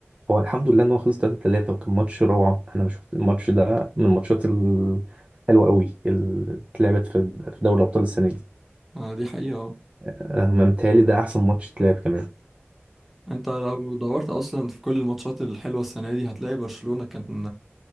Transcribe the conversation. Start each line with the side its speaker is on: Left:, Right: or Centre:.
Right: هو الحمد لله ان هو خلص 3 3 وكان ماتش روعه انا شفت الماتش ده من الماتشات الحلوه قوي اللي اتلعبت في في دوري ابطال السنه دي
Centre: آه، دي حقيقه اه
Right: أه، متهيألي ده احسن ماتش اتلعب كمان
Centre: انت لو دورت اصلا في كل الماتشات الحلوه السنه دي هتلاقي برشلونه كانت